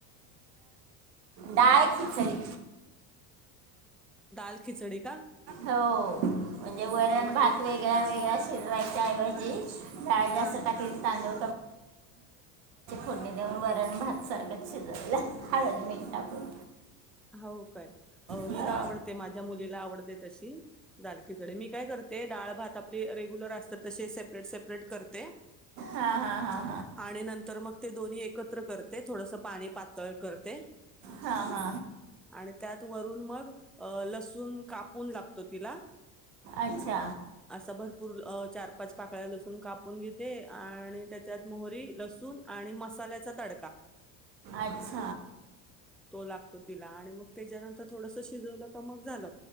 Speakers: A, on the right; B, in the centre.
A: दाळ खिचडी.
B: दाल खिचडी का?
A: हो, म्हणजे वरण
B: अ म्हणजे
A: भात वेगळा वेगळा शिजवायच्या ऐवजी डाळ जास्त
B: हा
A: टाकलीन तांदूळ
B: <unintelligible> <inaudible>
A: फूडनी देऊन वरण भात सारखं शिजवला हळद मिट टाकून.
B: हो काय हिला
A: हो.
B: आवडते माझ्या मुलीला आवडते तशी दाल खिचडी मी काय करते, डाळ भात आपली रेग्युलर असतात तसे सेपरेट सेपरेट करते
A: हां हां
B: <unintelligible>
A: हां
B: <inaudible> आणि नंतर मग ते दोन्ही एकत्र करते, थोडस पाणी पातळ करते.
A: हा हा.
B: आणि त्यात वरून मग, लसूण कापून लागत तिला.
A: अच्छा.
B: <unintelligible> <inaudible> असं भरपूर चार पाच पाकळ्या लसूण कापून घेते, आणि त्याच्यात मोहरी लसूण आणि मसाल्याचा तडका.
A: अच्छा.
B: तो लागतो तिला, आणि मग त्याच्यानंतर थोडस शिजवलं का मग झालं.